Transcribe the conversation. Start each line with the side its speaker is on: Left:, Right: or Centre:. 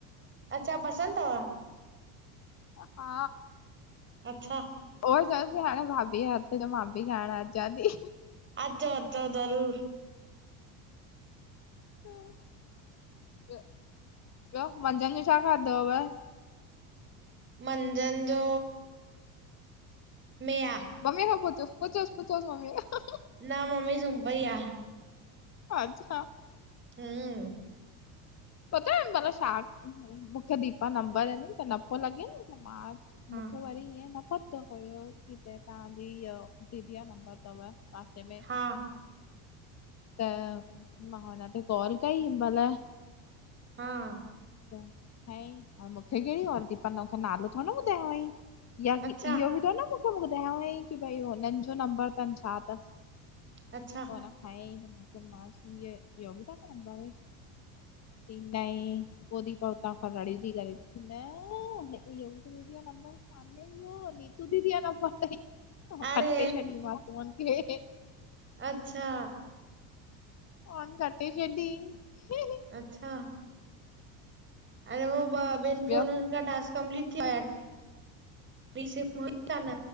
Right: अच्छा पसंदि तव?
Left: हा
Right: अच्छा
Left: उहो ही चवांस ती हाणे भाभी जे हथ जो मां भी खाइण अचां ती
Right: अचो-अचो ज़रूर
Left: ॿियो, ॿियो मंझंदि जो छा खाधो अव?
Right: मंझंनि जो मे आ
Left: मम्मी खां पुछोस, पुछोस-पुछोस मम्मी खां।
Right: न मम्मी सुम पई आ।
Left: अच्छा।
Right: हं।
Left: पतो हिमाल छा मुखे दीपा नंबरं ॾिनई त न पियो लॻे न त मां
Right: हा
Left: मुखे वरी ईअं न पतो हुयो कि हे तव्हांजी इअ दीदीअ जो नंबर तव पासे में
Right: हा
Left: त मां हुन के कॉल कई हिनमाल
Right: हा
Left: ह ईं अ मूंखे कहिड़ी आरती पनो <unintelligible> नालो थोड़ न ॿुधायईं। या कि
Right: अच्छा
Left: इहो बि थोड़ न ॿु <unintelligible> सभु मूंखे ॿुधायईं कि भई हुननि जो नंबर तन छा तस?
Right: अच्छा
Left: कोन खयईं मांसि ये, योगिता का नंबर है? <unintelligible> जी, नई <unintelligible> पो दीपा उतां खां रड़ियूं ती करे नअ इओ दीदीय जो नंबर कान अरे इयो नीतू दीदीअ जो नंबर तयी, मां
Right: अरे
Left: कटे छॾी मांसि फोन खे
Right: अच्छा
Left: फोन कटे छॾी हीं
Right: अच्छा अरे हो ॿ, ॿिनि
Left: ॿियो
Right: फोनुनि खां टास्क कंप्लीट थीया ॿी सिमु हुई कान्